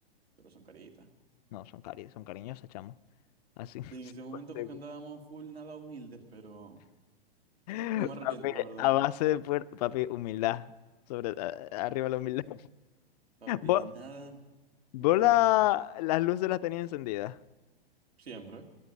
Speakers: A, on the right; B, on the left.
A: pero son caritas.
B: No, son cari, son cariñosas, chamo. Así. <laughs>
A: En
B: 50
A: ese momento porque
B: y-
A: andábamos full nada humildes, pero
B: <laughs>
A: no me arrepiento,
B: Papi,
A: la verdad.
B: a base de puer- Papi, humildad. Sobre, a- arriba la humildad.
A: Papi,
B: <laughs> ¿Vos,
A: nada
B: vos
A: de humildad.
B: la- las luces las tenías encendidas?
A: Siempre.